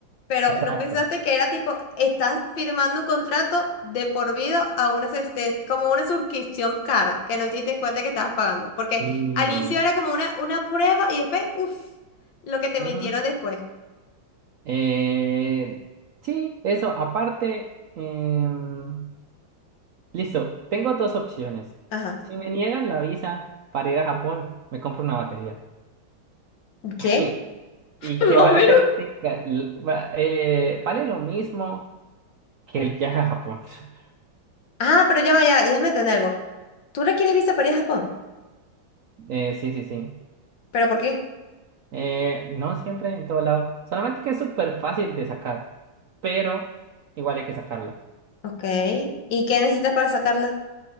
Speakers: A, on the left; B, on the right.
A: pero
B: Exacto.
A: no pensaste que era tipo, estás firmando un contrato de por vida a una asisten- como una suscripción cara, que no te diste cuenta que estabas pagando. Porque
B: Sí.
A: al inicio era como una, una prueba y después, uff, lo que te emitieron
B: Ujú.
A: después.
B: Eh, sí, eso. Aparte, em, listo. Tengo dos opciones.
A: Ajá.
B: Si me niegan la visa para ir a Japón, me compro una batería.
A: ¿Qué?
B: <laughs>
A: <laughs>
B: Y que
A: Más
B: vale
A: o menos.
B: práctica, l- va- eh, vale lo mismo que el viaje a Japón. <laughs>
A: Ah, pero ya vaya, ya déjame entender algo. ¿Tú requieres visa para ir a Japón?
B: Eh, sí, sí, sí.
A: ¿Pero por qué?
B: Eh, no siempre en todo lado. Solamente que es súper fácil de sacar, pero igual hay que sacarla.
A: Ok. ¿Y qué necesitas para sacarla?